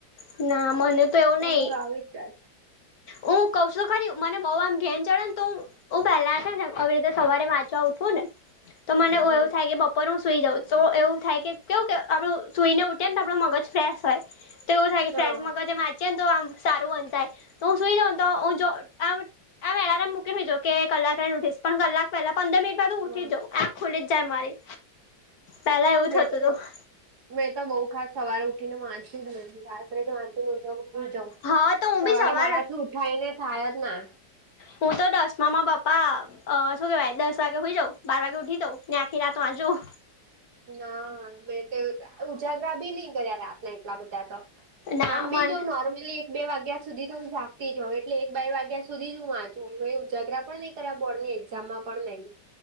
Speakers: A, on the left (about 55°); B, on the right (about 55°).
A: ના મને તો એવું
B: ઊંઘ
A: નહી
B: આવી જ જાય
A: હું કઉ છું ખરી મને બવ ઘેન ચડે ને તો ઓ પહેલા છે ને હવે રીતે સવારે વાંચવા ઉઠવું ને તો મને એ
B: હમ
A: એવું થાય કે બપોરે ઉપ હું સૂઈ જાઉં તો એવું થાય કે કેવું કે આપણું સૂઈને ઊઠીએને તો આપણું મગજ ફ્રેશ હોય તો એવું થાય કે
B: હા
A: ફેશ મગજ વાચીએ તો આમ સારું મન થાય હું સુઈ જાઉ તો હું જો આમ આમ એલાર્મ મૂકીનેઉધી જવ કે કલાક રહીંને ઉઠિશ પણ કલાક પેલા પંદર મિનિટ માં ઉઠી
B: હા
A: જ ખુલી જજાય મારી પેલા એવું
B: મેં
A: થતું
B: તો
A: હતું
B: મેં તો બહુ ખાસ સવારે ઉઠી ને વાંચીયું જ નથી રાત્રે જથીજર જાવ
A: હા
B: સવારે
A: તો હું બી સવાર
B: મારા થી ઉઠાય ને થાય જ ના
A: હું તો દસમાં માં બાપા અ શું કેવાય દસ વાગે હુઈ જઉ બાર વાગે ઉઠી જઉ ને આખી રાત વાચું
B: ના મે ઉજાગરા બી નહી કર્યા રાતના એટલા બધા તો
A: ના
B: આમ બી
A: મન
B: જો નોર્મલી બે વાગ્યા સુધી તો હું જાગતી હોઉ એટલે એક બે વાગ્યા સુધી જ હું વાંચું મે ઉજાગરા પણ નહી બોર્ડ ની એક્ઝામમાં પણ નહી